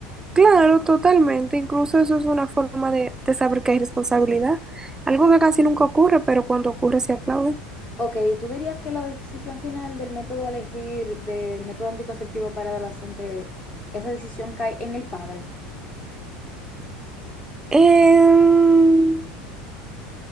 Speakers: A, on the right; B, on the left.
A: Claro, totalmente. Incluso eso es una forma de, de saber que hay responsabilidad. Algo que casi nunca ocurre, pero cuando ocurre se aplaude.
B: Ok, ¿tú dirías que la decisión final del método a elegir del método anticonceptivo para adolescente, esa decisión cae en el padre?
A: Em,